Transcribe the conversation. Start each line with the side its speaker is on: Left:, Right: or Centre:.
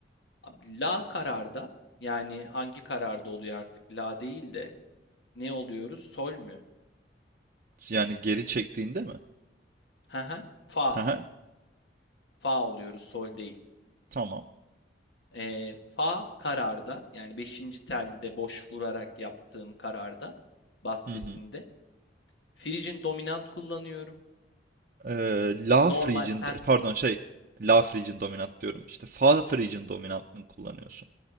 Left: Abi La kararda yani hangi kararda oluyor artık? La değil de ne oluyoruz? Sol mü?
Right: Yani geri çektiğinde mi?
Left: He he. Fa.
Right: Hı hı.
Left: Fa oluyoruz, sol değil.
Right: Tamam.
Left: Eee, fa kararda yani beşinci telde boş vurarak yaptığım kararda bas sesinde
Right: Hı hı.
Left: frigin dominant kullanıyorum.
Right: Ee, La
Left: Normal
Right: Phrygian
Left: pen
Right: pardon şey La Phrygian dominant diyorum işte. Fa Phrygian dominantını kullanıyorsun.